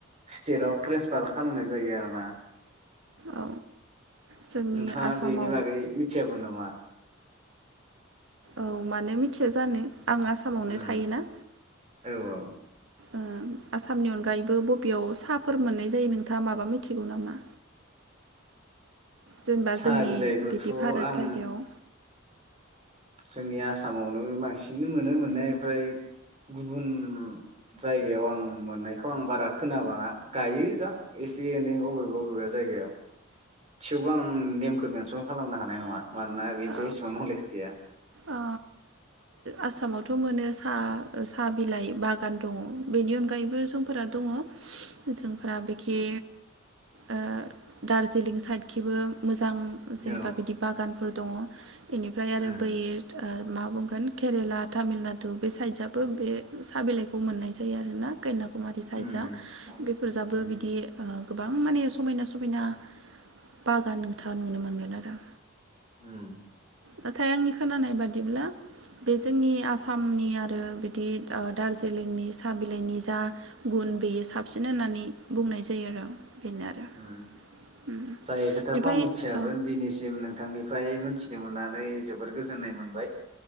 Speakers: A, on the right; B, on the right.
A: स्टेटाव ट्रेन्सफार खालामनाय जायो आरो ना
B: औ जोंनि
A: नोंथाङा
B: आसामाव
A: बेनि बागै मिथियामोन नामा मा
B: औ मानो मिथिया जानो आं आसामावनो
A: उम
B: थायो ना
A: औ औ
B: ओ आसामनि अनगायैबो बबेयाव साहफोर मोननाय जायो नोंथाङा माबा मिथिगौ नामा जेनेबा
A: साहा
B: जोंनि
A: बिलाइखौथ'
B: बिदि भारत
A: आं
B: जायगायाव
A: जोंनि आस सामावनो बांसिनैनो मोनो मोननाय ओमफ्राय गुबुन जायगायाव आं मोननायखौ आं बारा खोनाबाङा गायो जां एसे एनै अबेबा बबेबा जायगायाव सिबां नेमखौ बे सन खालामनो हानाय नङा मानोना बिदि
B: औ
A: इसेबां नलेस गैया।
B: अ आसामावथ मोनो सा साहा बिलाइ बागान दङ। बेनि अनगायैबो जोंफोरा दङ जों फोरा बेखि
A: उम
B: ओ दार्जिलिं साइडखिबो मोजां मोजां जेनेबा
A: औ
B: बिदि बागानफोर दङ बेनिफ्राय आरो
A: उम
B: बै ओ मा बुंगोन केरेला तामिलनाडु बे साइडजाबो बे साहा बिलाइखौ मोननाय जायो आरो ना। कन्याकुमारि साइड
A: उम
B: जा बेफोर जाबो
A: उम
B: बिदि ओ गोबां माने समायना समायना बागान नोंथाङा नुनो मोनगोन आरो।
A: उम
B: नाथाय आंनि खोनानाय बादिब्ला बे जोंनि आसामनि आरो बिदि दार्जिलिंनि साहा बिलाइनि जा गुन बेयो साबसिन होननानै बुंनाय जायो आरो। बेनो आरो
A: उम
B: उम
A: जाय खोथाखौ
B: ओमफ्राय
A: आं मिथियामोन
B: औ
A: दिनैसिम नोंथांनि फ्राय मिथिनो मोननानै जोबोद गोजोननाय मोनबाय।